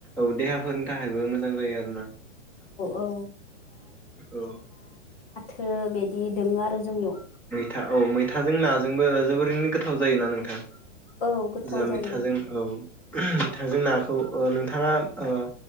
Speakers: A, in the centre; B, on the left.
A: औ देहाफोरनि थाखायबो मोजां जायो आरो ना
B: औ
A: औ।
B: थो बिदि दं आरो जोंनियाव।
A: था औ मैथाजों नाजोंबो जोबोरैनो गोथाव जायोना नोंथां।
B: औ गोथाव
A: जाह मैथाजों
B: जायो
A: औ मैथाजों नाखौ ओ नोंथाङा ओ